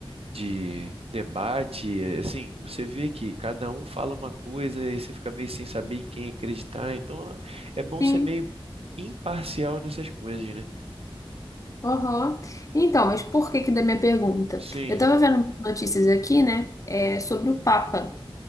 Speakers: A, on the right; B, on the left.
A: de debate. eh, Assim, você vê que cada um fala uma coisa e você fica meio sem saber em quem acreditar. Então, é bom
B: sim.
A: ser meio imparcial nessas coisas, né?
B: Aham. Então, mas por que que da minha pergunta?
A: Sim.
B: Eu tava vendo umas notícias aqui, né, é, sobre o Papa.